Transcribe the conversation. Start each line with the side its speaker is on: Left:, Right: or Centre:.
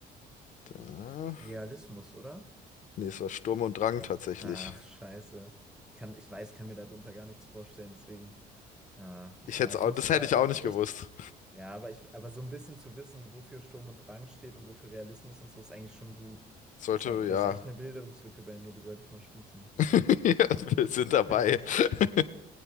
Left: da.
Centre: Realismus, oder?
Left: Nee, es war Sturm und Drang tatsächlich.
Centre: Ach, scheiße. Ich kann, ich weiß, kann mir darunter gar nichts vorstellen, deswegen. Ah,
Left: Ich
Centre: ja,
Left: hätte
Centre: ich
Left: auch,
Centre: muss,
Left: das hätte
Centre: da,
Left: ich
Centre: da
Left: auch
Centre: habe
Left: nicht
Centre: ich
Left: gewusst.
Centre: echt. Ja, aber ich, aber so ein bisschen zu wissen, wofür Sturm und Drang steht und wofür Realismus und so, ist eigentlich schon gut.
Left: Sollte,
Centre: Das ist, ein, das
Left: ja.
Centre: ist echt eine Bildungslücke bei mir, die sollte ich mal schließen.
Left: <laughs> Ja, Wir sind dabei.
Centre: Wirklich.
Left: <laughs>